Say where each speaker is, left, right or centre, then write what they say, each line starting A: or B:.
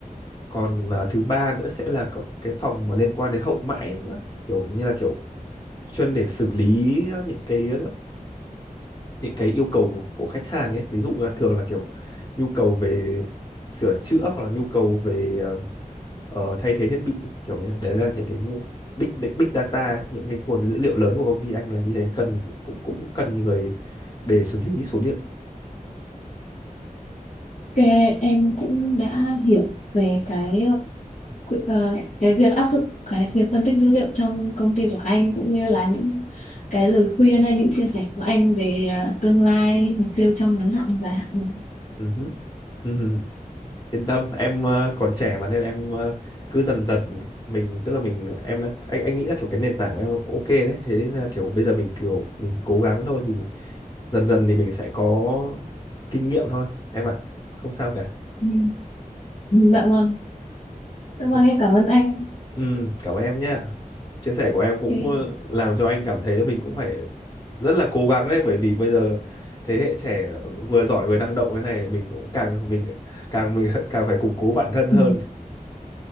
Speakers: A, on the left; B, on the left.
A: còn ờ, thứ ba nữa sẽ là có cái phòng mà liên quan đến hậu mãi nữa kiểu như là kiểu chuyên để xử lý những cái những cái yêu cầu của, của khách hàng ấy ví dụ là thường là kiểu nhu cầu về sửa chữa hoặc là nhu cầu về ờ, ờ, thay thế thiết bị kiểu như thế. đấy là những cái big big big data những cái nguồn dữ liệu lớn của công ty anh là như thế cần cũng cũng cần người để xử lý số liệu
B: Ok, em cũng đã hiểu về cái ờ, cái việc áp dụng cái việc phân tích dữ liệu trong công ty của anh cũng như là những cái lời khuyên hay những chia sẻ của anh về ờ, tương lai mục tiêu trong ngắn hạn và hạn
A: Ừ hứ, ừ hứ. yên tâm em ờ, còn trẻ mà nên em ờ, cứ dần dần mình tức là mình em đã anh anh nghĩ là kiểu cái nền tảng của em ok đấy thế nên là kiểu bây giờ mình kiểu mình cố gắng thôi thì dần dần thì mình sẽ có kinh nghiệm thôi em ạ không sao cả
B: Ừ. Dạ vâng, dạ vâng
A: <laughs>
B: em cảm ơn anh.
A: ừ, cảm ơn em nhé chia sẻ của em cũng
B: Okay.
A: ờ, làm cho anh cảm thấy là mình cũng phải rất là cố gắng đấy bởi vì bây giờ thế hệ trẻ vừa giỏi vừa năng động thế này mình cũng càng mình càng mình <laughs> càng phải củng cố bản thân
B: Ừ.
A: hơn